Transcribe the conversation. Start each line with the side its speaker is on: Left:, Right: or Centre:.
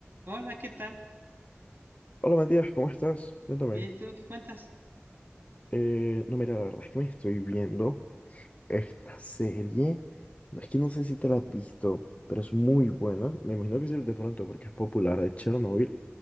Right: Hola, ¿qué tal?
Left: Hola Matías, ¿cómo estás? Cuéntame.
Right: Bien, ¿tú qué cuentas?
Left: Eh, no, mira, la verdad es que me estoy viendo esta serie. No, es que no sé si te la has visto, pero es muy buena. Me imagino que sí de pronto porque es popular de Chernobyl.